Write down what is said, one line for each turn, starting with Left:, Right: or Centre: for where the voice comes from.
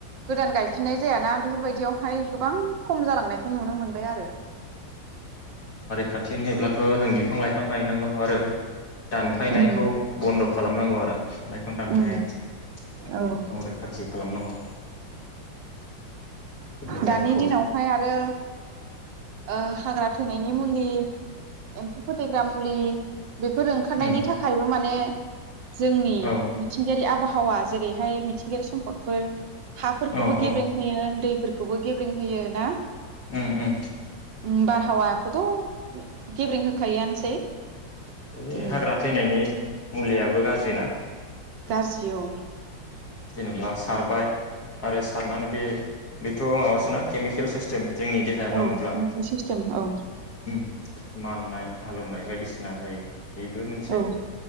Right: गोदान गायफिननाय जायाना । बेफोरबायदियावहाय गोबां खम जालांनायखौ नुनो मोन बाय आरो।
Left: खाथिनिब्लाथ' जों बिफां लाइफां गायनांगौ आरो दानफायनायखौ
Right: उम
Left: बन्द' खालामनांगौ आरो। बिफां लाइफां दानफायनाय
Right: उम
Left: संरैखाथि
Right: औ
Left: खालामनांगौ। <inaudible> जुदि जोंखौ
Right: दानि दिनावहाय आरो ओ हाग्रा थैनायनि मुलि एम्फौ फोथैग्रा जामुलि बेफोर ओंखारनायनि
Left: उम
Right: थाखायबो माने जोंनि
Left: औ
Right: मिथिंगायारि आबहावा जेरै हाय मिथिंगायारि सम्पदफोर हाफोरखौबो
Left: औ
Right: गेब्रें
Left: औ
Right: होयो दैफोरखौ खौबो गेब्रें होयो ना?
Left: ओम ओम।
Right: ओम बारहावा खौथ' गेब्रें होखायोआनोसै।
Left: बे
Right: उम
Left: हाग्रा थैनायनि मुलियाबो गाज्रि ना?
Right: गाज्रि औ।
Left: जेनेबा सारबाय आरो सारनानै बे बेथ' माबासोना केमिकेल सिस्टेम म जोंनि देहायाव
Right: औ
Left: नांङोब्ला
Right: इउटुब सिस्टेम औ
Left: ओ माननाय हालौवनाय बायदिसिना जायो‌। बेबो मोनसे
Right: औ